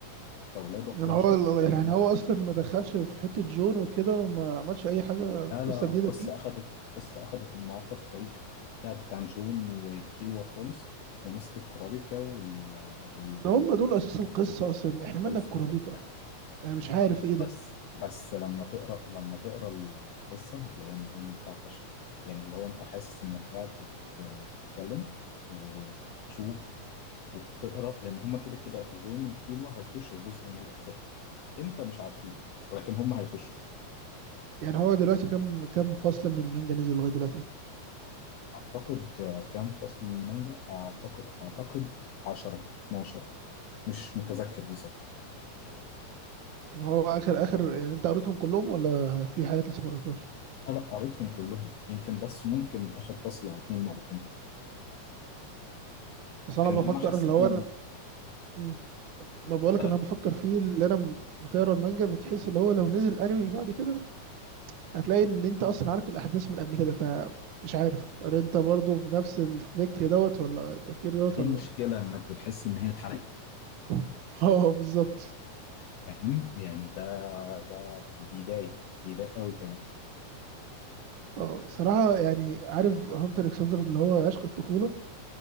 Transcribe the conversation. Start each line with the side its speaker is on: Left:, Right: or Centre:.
Left: فولاده 11
Right: يعني هو يعني
Left: هم
Right: هو اصلا ما دخلش في حته جون وكده وما عملش اي حاجه
Left: لا
Right: قصه
Left: لا
Right: جديده
Left: القصه
Right: فيه
Left: اخذت القصه اخذت منعطف تاريخي بعدت عن جون وكيلوا خالص ومسكت كورابيكا وال... آه، وال...
Right: ان هم دول اساس القصه اصلا احنا مالنا
Left: والفانتوم
Right: بكورابيكا انا مش عارف
Left: لا
Right: ايه ده
Left: بس بس لما تقرا لما تقرا القصه هتلاقيها ان هي ممتعه فشخ يعني اللي هو انت حاسس انك قاعد بت- بتتكلم وبتشوف وبتقرا لان هما كده كده جون وكيلو هيخشوا في جزء من الاجزاء امتى مش عارفين ولكن هما هيخشوا
Right: يعني هو دلوقتي كم كم فصل من المانجا نزل لغايه دلوقتي
Left: اعتقد آه، كام فصل من المانجا اعتقد اعتقد 10 12 مش متذكر بالظبط
Right: إن هو اخر اخر يعني انت قريتهم كلهم ولا في حاجات لسه ما قريتهاش
Left: آه، لا قريتهم كلهم يمكن بس ممكن اخر فصل او اتنين ما قريتهمش
Right: اصل انا
Left: ان
Right: بفكر
Left: انا حسيت
Right: اللي هو
Left: ان
Right: انا
Left: الموضوع-
Right: مم. ما بقولك
Left: لا،
Right: ان انا بفكر فيه اللي انا بتقرا المانجا بتحس اللي هو لو نزل انمي بعد كده هتلاقي ان انت اصلا عارف الاحداث من قبل كده فمش عارف هل انت برضو في نفس الفكر دوت ولا التفكير دوت
Left: دي
Right: ولا
Left: مشكله انك بتحس ان هي اتحرقت
Right: <laughs> اه بالظبط
Left: فاهم يعني ده ده بي- بيضايق بيضايق قوي كمان
Right: اه صراحة يعني عارف هانتر اكس هانتر اللي هو عشق الطفولة